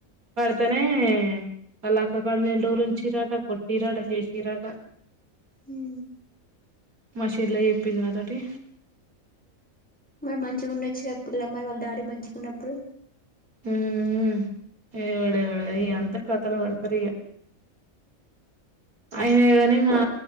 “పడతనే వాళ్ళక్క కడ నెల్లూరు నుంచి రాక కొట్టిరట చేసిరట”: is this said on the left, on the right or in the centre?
Right